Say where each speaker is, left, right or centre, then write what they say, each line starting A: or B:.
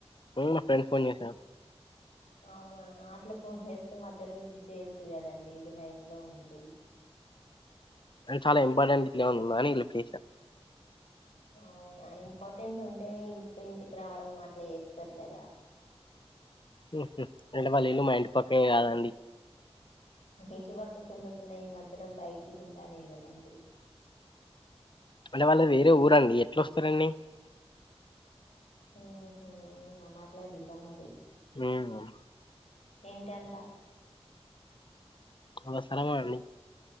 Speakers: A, on the left; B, on the left.
A: మా ఫ్రండ్ ఫోన్ చేషారు
B: అవునా అట్లా ఫోన్ చేస్తే మధ్యలో లఫ్ చేయొద్దు గదండి ఇది లైన్ లో ఉండి
A: చాలా ఇంపార్టెంట్లా ఉంది అని లిఫ్ జేష్న
B: అవునా ఇంపార్టెంట్ ఉంటే ఇంటికి ఇంటికి రావడం అట్లా ఏస్తరు గదా
A: మ్ హ్ అంటే వాళ్ళ ఇల్లు మా ఇంటి పక్కేం గాదండి
B: ఇంటి పక్కకు ఉండకుండా ఈ మధ్యలో బైక్లు ఉంటానయ్ గదండి
A: అంటె వాళ్ళు వేరే ఊరండి ఎట్లొస్తరండి
B: ఊ హ్ న మాట్లాడిండా మరి
A: మ్
B: ఏంటంట
A: అవసరమా అండి